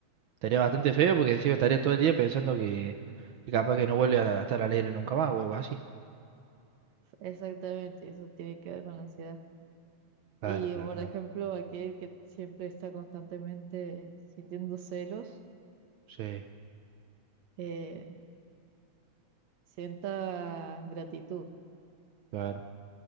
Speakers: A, on the right; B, on the right.
A: Estaría bastante feo porque encima estaría todo el día pensando que, que capaz que no vuelve a estar alegre nunca más o algo así.
B: Exactamente, eso tiene que ver con la ansiedad.
A: Claro,
B: Y
A: claro,
B: por
A: claro.
B: ejemplo, aquel que siempre está constantemente sintiendo celos,
A: Sí,
B: eh, sienta gratitud,
A: claro.